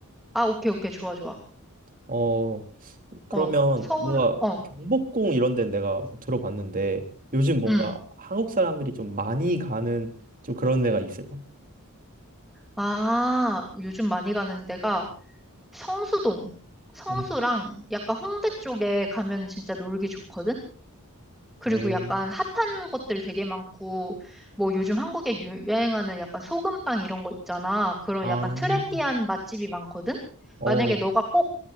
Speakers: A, in the centre; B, on the right (about 40°).
A: 아, 오케이, 오케이. 좋아, 좋아.
B: 어, 그러면
A: 어, 서울,
B: 뭔가
A: 어,
B: 경복궁 이런 데는 내가 들어봤는데 요즘 뭔가
A: 음.
B: 한국 사람들이 좀 많이 가는 좀 그런 데가 있을까?
A: 아, 요즘 많이 가는 데가 성수동, 성수랑
B: 음,
A: 약간 홍대 쪽에 가면 진짜 놀기 좋거든? 그리고
B: 오,
A: 약간 핫한 것들 되게 많고, 뭐 요즘 한국에 유행하는 약간 소금빵 이런 거 있잖아. 그런
B: 아,
A: 약간 트렌디한 맛집이 많거든?
B: 어,
A: 만약에 너가
B: 음,
A: 꼭,